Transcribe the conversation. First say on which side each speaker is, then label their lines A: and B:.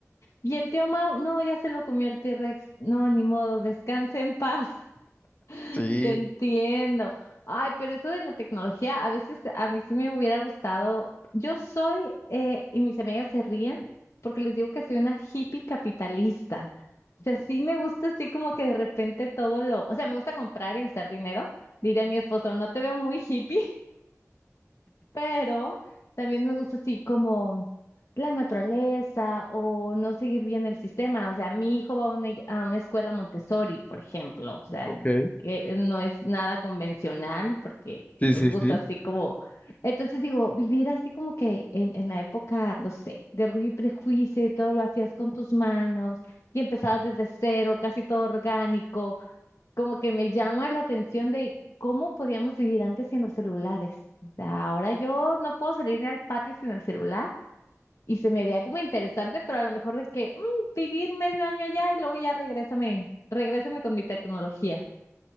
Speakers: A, on the left; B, on the left.
A: Y el tío Mau, no, ya se lo comió el T-Rex. No, ni modo, descanse en paz. <laughs>
B: Sí,
A: Te entiendo. Ay, pero eso de la tecnología, a veces a mí sí me hubiera gustado. Yo soy, eh, y mis amigas se ríen porque les digo que soy una hippie capitalista. O sea, sí me gusta así como que de repente todo lo, o sea, me gusta comprar y gastar dinero. Diré a mi esposo, no te veo muy hippie, pero también me gusta así como la naturaleza o no seguir bien el sistema. O sea, mi hijo va a una, ig- a una escuela Montessori, por ejemplo. O sea,
B: Ok.
A: que no es nada convencional porque
B: Sí,
A: nos
B: sí,
A: gusta
B: sí.
A: así como... Entonces digo, vivir así como que en, en la época, no sé, de Orgullo y Prejuicio y todo lo hacías con tus manos y empezabas desde cero, casi todo orgánico como que me llama la atención de cómo podíamos vivir antes sin los celulares. O sea, ahora yo no puedo salir ni al patio sin el celular y se me haría como interesante, pero a lo mejor de que mm, vivir medio año allá y luego ya regrésame, regrésame con mi tecnología.